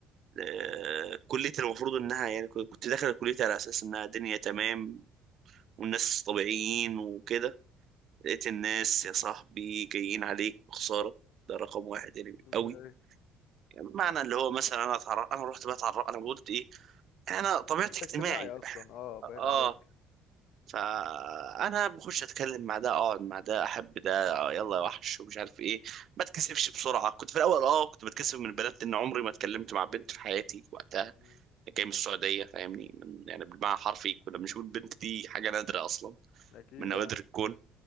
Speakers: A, on the right; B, on the left.
A: آه،
B: مم.
A: كليتي المفروض انها يعني كنت كنت داخل كليتي على اساس انها دنيا تمام والناس طبيعيين وكده لقيت الناس يا صاحبي جايين عليك بخسارة ده رقم واحد يعني
B: ازاي
A: قوي يعني معنى اللي هو مثلا انا اتعرف انا رحت بقى اتعرف انا قلت ايه انا طبيعتي
B: انت
A: اجتماعي
B: اجتماعي اصلا اه باين
A: اه
B: عليك
A: فانا بخش اتكلم مع ده اقعد مع ده احب ده آه، يلا يا وحش ومش عارف ايه ما اتكسفش بسرعه كنت في الاول اه كنت بتكسف من البنات لان عمري ما اتكلمت مع بنت في حياتي وقتها
B: مم.
A: جاي من السعودية فاهمني من يعني بالمعنى حرفي كنا بنشوف البنت دي حاجة نادرة أصلا
B: اكيد
A: من نوادر
B: اه
A: الكون